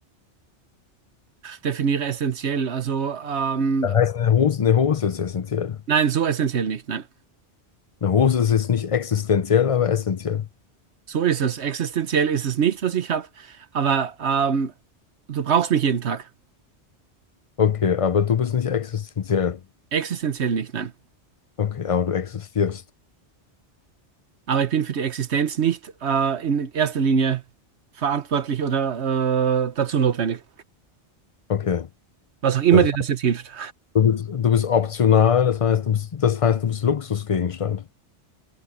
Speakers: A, on the right (about 70°); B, on the left (about 45°).
A: Definiere essentiell. Also, ähm,
B: Das heißt, eine Hose, eine Hose ist essentiell.
A: nein, so essentiell nicht. Nein.
B: Eine Hose ist jetzt nicht existenziell, aber essentiell.
A: So ist es. Existenziell ist es nicht, was ich habe. Aber ähm, du brauchst mich jeden Tag.
B: Okay, aber du bist nicht existenziell.
A: Existenziell nicht. Nein.
B: Okay, aber du existierst.
A: Aber ich bin für die Existenz nicht äh, in erster Linie verantwortlich oder äh, dazu notwendig.
B: Okay.
A: Was auch immer
B: Das
A: dir das jetzt hilft.
B: Du bist, du bist optional, das heißt, du bist, das heißt, du bist Luxusgegenstand.